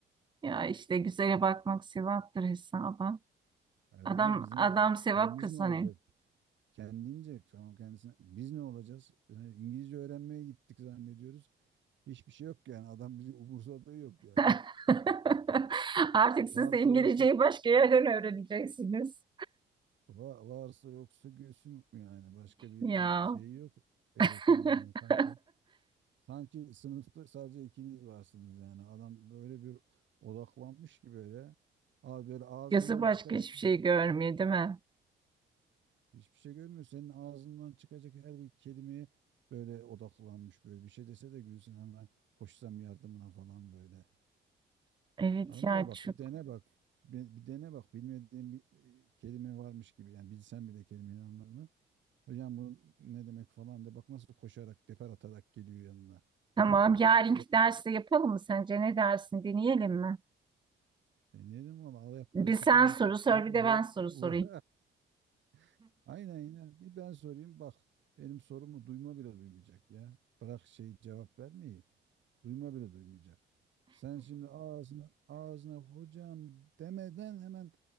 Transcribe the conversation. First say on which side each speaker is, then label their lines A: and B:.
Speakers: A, on the right; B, on the right.
A: Ya işte güzele bakmak sevaptır hesaba.
B: Evet,
A: Adam
B: ama bizim
A: adam sevap
B: şeyimiz
A: kazanıyor.
B: ne olacak? Kendince tamam kendisine. Biz ne olacağız? Yani İngilizce öğrenmeye gittik zannediyoruz. Hiçbir şey yok yani. Adam bizi umursadığı yok yani.
A: <laughs> Artık siz
B: Varsa
A: de İngilizceyi
B: yoksa
A: başka yerden öğreneceksiniz.
B: va- varsa yoksa gülsün yani. Başka bir
A: Ya.
B: şeyi yok herifin
A: <laughs>
B: yani sanki. Sanki sınıfta sadece ikiniz varsınız yani. Adam böyle bir odaklanmış ki böyle. Aa, Böyle ağzından
A: Gözü başka
B: çıkacak
A: hiçbir şey görmüyor değil mi?
B: Hiçbir şey görmüyor. Senin ağzından çıkacak her bir kelimeye böyle odaklanmış böyle. Bir şey dese de gülsün hemen koşsam yardımına falan böyle.
A: Evet
B: Allah
A: ya
B: bak
A: çok.
B: bir dene bak. Bir, bir dene bak bilmediğin bir e, kelime varmış gibi. Yani bilsen bile kelimenin anlamını. Hocam bu ne demek falan de bak nasıl koşarak teper atarak geliyor yanına.
A: Tamam yarınki
B: E,
A: derste yapalım mı sence? Ne dersin? Deneyelim mi?
B: Deneyelim valla al ayakları
A: Bir
B: kıçına.
A: sen soru sor
B: Vur, vur,
A: bir de ben soru
B: vur.
A: sorayım.
B: <laughs> Aynen ya bir ben sorayım bak. Benim sorumu duyma bile duymayacak ya. Bırak şey cevap vermeyi. Duyma bile duymayacak. Sen şimdi ağzına ağzına hocam demeden hemen